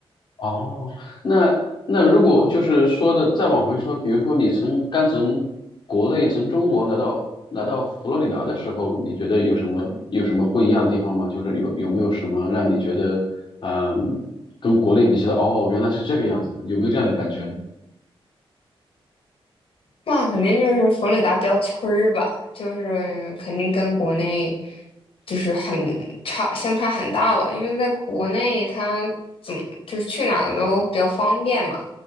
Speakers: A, on the left (about 50°); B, on the left (about 70°).
A: 哦，那那如果就是说的再往回说，比如说你从刚从国内从中国来到来到佛罗里达的时候，你觉得有什么有什么不一样的地方吗？就是有有没有什么让你觉得嗯、跟国内比起来，哦，原来是这个样子的，有没有这样的感觉呢？
B: 那肯定就是佛罗里达标村儿吧，就是肯定跟国内就是很差，相差很大吧。因为在国内，它怎么就是去哪儿都比较方便嘛，